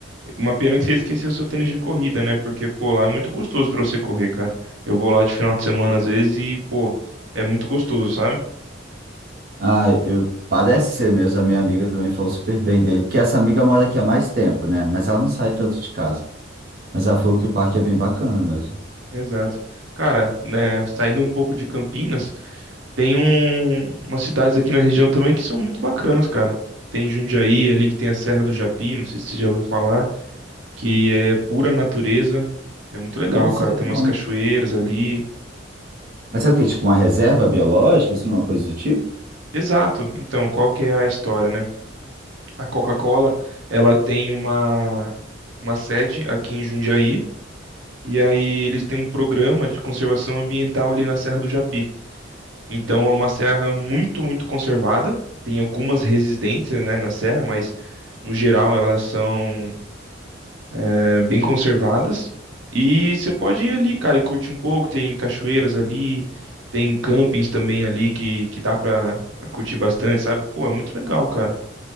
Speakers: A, on the right; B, on the right.
A: Uma pena que você esqueceu seu tênis de corrida, né? Porque, pô, lá é muito gostoso pra você correr, cara. Eu vou lá de final de semana às vezes e, pô, é muito gostoso, sabe?
B: Ah, eu, parece ser mesmo. A minha amiga também falou super bem dele. Porque essa amiga mora aqui há mais tempo, né? Mas ela não sai tanto de casa. Mas ela falou que o parque é bem bacana mesmo.
A: Exato. Cara, né, saindo um pouco de Campinas, tem um, umas cidades aqui na região também que são muito bacanas, cara. Tem Jundiaí ali que tem a Serra do Japi, não sei se você já ouviu falar. que é pura natureza. É muito legal,
B: Não sei,
A: cara. Tem
B: não.
A: umas cachoeiras ali.
B: Mas é o quê? Tipo uma reserva biológica, assim, uma coisa do tipo?
A: Exato. Então, qual que é a história, né? A Coca-Cola, ela tem uma uma sede aqui em Jundiaí e aí eles têm um programa de conservação ambiental ali na Serra do Japi. Então, é uma serra muito, muito conservada. Tem algumas resistências, né, na serra, mas no geral elas são eh, bem conservadas. E você pode ir ali, cara, e curtir um pouco. Tem cachoeiras ali, tem campings também ali que, que dá pra, pra curtir bastante, sabe? Pô, é muito legal, cara.